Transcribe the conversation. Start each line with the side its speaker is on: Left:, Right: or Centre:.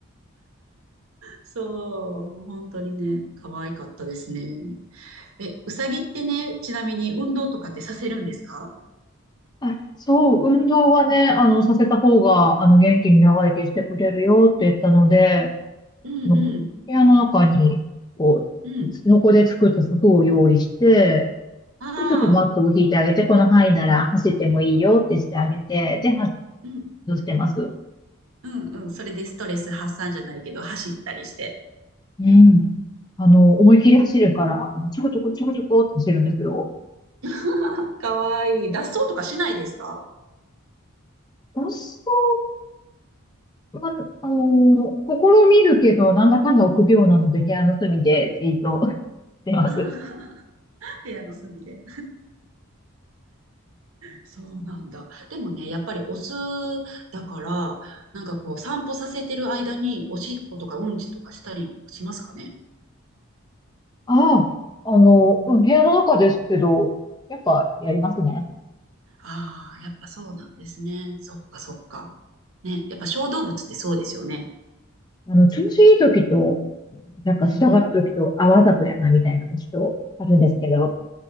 Right: そう、もう本当にね、可愛かったですね。え、うさぎってね、ちなみに運動とかってさせるんですか
Left: あ、そう、運動はね、あの、させた方が、あの、元気に長生きしてくれるよって言ったので、
Right: うんうん、
Left: あの部屋の中に、こう、
Right: うん。
Left: スノコで作った柵を用意して、
Right: あ
Left: で、ちょっとマットを引いてあげて、
Right: あ。
Left: この範囲なら走ってもいいよってしてあげて、で、走
Right: うん
Left: ってます。
Right: うんうん。それでストレス発散じゃないけど、走ったりして。
Left: うん。あの、思いっきり走るから、
Right: うん。
Left: あのちょこちょこちょこちょこって走るんですよ。
Right: <laughs> かわいい。脱走とかしないですか
Left: 私は、まあの、試みるけど、なんだかんだ臆病なので、部屋の隅でじーっとしてます。
Right: ああ、<laughs> 部屋の隅で。そうなんだ。でもね、やっぱりオスだから、なんかこう、散歩させてる間に、おしっことかうんちとかしたりしますかね。
Left: ああ、あの、うん部屋の中ですけど、やっぱやりますね。
Right: ああ、やっぱそうなんですね。そっかそっか。ね、やっぱ小動物ってそうですよね。
Left: あの、調子いい時と、なんか従う時と、
Right: うんうん。
Left: あ、わざとやな、みたいな時と、あるんですけど、